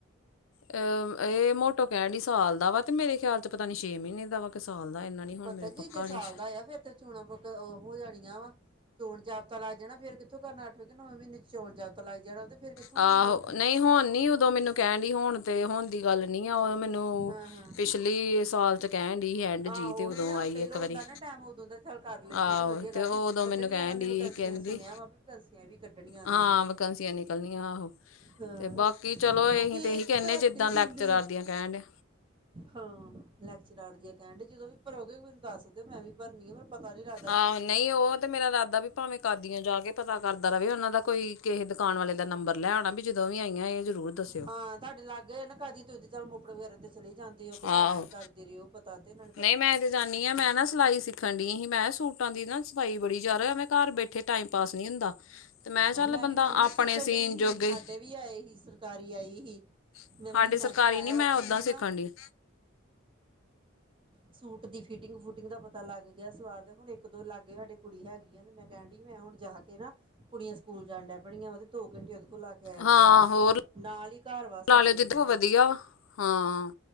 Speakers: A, on the left; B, on the right.
A: ਅਹ ਏਹ ਮੋਟੋ ਕੇਹਣ ਡਈ, ਸਾਲ ਦਾ ਵਾ ਤੇ ਮੇਰੇ ਖਿਆਲ ਚ, ਪਤਾ ਨੀ ਛੇ ਮਹੀਨੇ ਦਾ ਵਾ। ਕੇ ਸਾਲ ਦਾ, ਇਨਾ ਨੀ ਹੁਣ
B: ਪਤਾ
A: ਮੇਰੇ
B: ਕੀ
A: ਪੱਕਾ
B: ਜੇ ਸਾਲ
A: ਨੀ
B: ਦਾ ਆ ਫਿਰ ਤੇ ਚੋਣਾਂ ਬੁਕ, ਹੋ ਜਾਣੀਆਂ ਵਾ। ਚੋਣ ਜਾਬਤਾ ਲੱਗ ਜਾਣਾ, ਫੇਰ ਕਿੱਥੋਂ ਕਰਨਾ, ਅੱਠਵੇਂ ਕੇ ਨੌਵੇ ਮਹੀਨੇ ਚੋਣ ਜਾਬਤਾ ਲੱਗ ਜਾਣਾ, ਤੇ ਫਿਰ ਕਿੱਥੋਂ
A: ਆਹੋ,
B: ਹੋਣੀ ਉਹ
A: ਨਈ ਹੁਣ ਨੀ, ਉਦੋਂ ਮੈਨੂੰ ਕੇਹਣ ਡਈ, ਹੁਣ ਤੇ ਹੁਣ ਦੀ ਗੱਲ ਨੀ ਆ, ਉਦੋਂ ਮੈਨੂੰ ਨੂੰ,
B: ਹਾਂ ਹਾਂ
A: ਪਿਛਲੀ ਸਾਲ ਚ ਕੇਹਣ ਡਈ ਸੀ, ਐਂਡ
B: ਆਹੋ
A: ਜੀ ਤੇ
B: ਉਹੀ
A: ਉਦੋਂ
B: ਨਾ
A: ਆਈ
B: ਪਹਿਲੋਂ
A: ਇੱਕ ਵਾਰੀ।
B: ਹੁੰਦਾ ਨਾ ਟਾਈਮ ਉਦੋਂ ਦਾ ਚੱਲ ਕਰ ਲੈਂਦੇ
A: ਆਹੋ,
B: ਵਧੀਆ ਗੱਲ
A: ਤੇ ਓਦੋਂ
B: ਸੀ ਕੱਢਣੀਆਂ
A: ਮੈਨੂੰ ਕੇਹਣ
B: ਉਹਨਾਂ ਨੇ
A: ਡਈ
B: ਵੈਕੈਂਸੀਆਂ
A: ਕੇਂਹਦੀ
B: ਸੁਣਿਆ ਵਾ ਵੀ ਵੈਕੈਂਸੀਆਂ ਵੀ ਕੱਢਣੀਆਂ ਉਹਨਾਂ
A: ਹਾਂ,
B: ਨੇ
A: ਵੈਕੰਸੀਆਂ ਨਿਕ ਆ, ਹੋ
B: ਹਾਂ
A: ਤੇ ਬਾਕੀ ਚਲੋ ਅਸੀ
B: ਕਿਉਂਕਿ
A: ਤੇ
B: ਇਹ
A: ਏਹੀ ਕਹਿੰਦੇ
B: ਘੱਟ
A: ਜਿੱਦਾਂ
B: ਹੀ
A: ਲੈਕਚਰਾਰ
B: ਦਿੰਦੇ ਆ
A: ਦੀਆਂ ਕੇਹਣ ਡੇ-
B: ਹਾਂ, ਲੈਕਚਰਾਰ ਦੀਆਂ ਕੇਹਣ ਡੇ, ਜਦੋਂ ਵੀ ਭਰੋਗੇ, ਮੈਨੂੰ ਦੱਸ ਦਿਓ, ਮੈਂ ਵੀ ਭਰਨੀ ਆ। ਪਤਾ ਨੀ ਰਾ
A: ਆਹੋ ਨਹੀਂ ਉਹਰ ਤੇ ਮੇਰਾ ਦਾਦਾ ਵੀ ਭਾਵੇਂ ਕਾਦੀਆਂ ਜਾ ਕੇ ਪਤਾ ਕਰਦਾ ਰ ਵੀ ਉਹਨਾਂ ਦਾ ਕੋਈ ਕਿਸੇ ਦੁਕਾਨ ਵਾਲੇ ਦਾ ਨੰਬਰ ਲੈ ਆਉਣਾ ਵੀ ਜਦੋਂ ਵੀ ਆਈਆਂ ਹੈ ਜ਼ਰੂਰ ਦੱਸਿਓ
B: ਹਾਂ ਤੁਹਾਡੇ ਲਾਗੇ ਨਾ ਕਾਦੀ ਤੁਸੀਂ ਤੇ ਚੱਲ ਮੁਫੜ ਵਗੈਰਾ ਤੇ ਚਲੀ ਜਾਂਦੇ ਉਹ ਤੇ
A: ਆਹੋ
B: ਕਰਕੇ ਕਰਦੇ ਰਹੇ ਹੋ ਪਤਾ ਤੇ ਨਾ
A: ਨਹੀਂ ਮੈਂ ਤੇ ਜਾਂਦੀ ਹਾਂ ਮੈਂ ਨਾ ਸਿਲਾਈ ਸਿੱਖ ਠੰਡੀਆਂ ਹੀ ਮੈਂ ਕਿਹਾ ਸੂਟਾਂ ਦੀ ਨਾ ਸਫਾਈ ਬੜੀ ਜ਼ਿਆਦਾ ਮੈਂ ਘਰ ਬੈਠੇ ਟਾਈਮ ਪਾਸ ਨਹੀਂੀ ਹੁੰਦਾ ਤੇ ਮੈਂ ਚੱਲ
B: ਔਰ
A: ਬੰਦਾ
B: ਵੀ ਹਾਈ ਵੀ
A: ਆਪਣੇ
B: ਸਿੱਖਣ
A: ਸੀਨ
B: ਡਈ
A: ਜੋਗੇ
B: ਸੀ ਸਾਡੇ ਵੀ ਆਏ ਹੀ ਸਰਕਾਰੀ ਆਈ ਸੀ
A: ਸਾਡੀ
B: ਮੈਂ ਮਹੀਨਾ
A: ਸਰਕਾਰੀ
B: ਕ ਲਾਇਆ
A: ਨੀ
B: ਵਾ
A: ਮੈਂ
B: ਤੇ
A: ਓਦਾਂ
B: ਮੈਨੂੰ
A: ਸਿੱਖਣ
B: ਨਾ
A: ਡੀ
B: ਸੂਟ ਦੀ ਫਿਟਿੰਗ ਫੂਟਿੰਗ ਦਾ ਪਤਾ ਲੱਗ ਗਿਆ ਸਲਵਾਰ ਦੇ ਹੁਣ ਇੱਕ ਦੋ ਲਾਗੇ ਸਾਡੇ ਕੁੜੀ ਹੈਗੀ ਮੈਂ ਕਹਿਣ ਡ ਮੈਂ ਹੁਣ ਜਾ ਕੇ ਨਾ ਕੁੜੀਆਂ ਸਕੂਲ ਜਾਣ ਡਿਆ ਪੜੀਆਂ ਦੋ ਘੰਟੇ ਉਹਦੇ ਕੋਲ ਲਾ ਕੇ ਆਇਆ
A: ਹਾਂ
B: ਕਰਾਂਗੇ
A: ਹੋਰ
B: ਨਾਲ ਹੀ ਘਰ ਵਾ ਸਾਡੇ
A: ਲਾ ਲਿਓ
B: ਉਹਨਾਂ
A: ਜਿੱਦੋਂ
B: ਦੇ
A: ਵਧੀਆ ਵਾ ਹਾਂ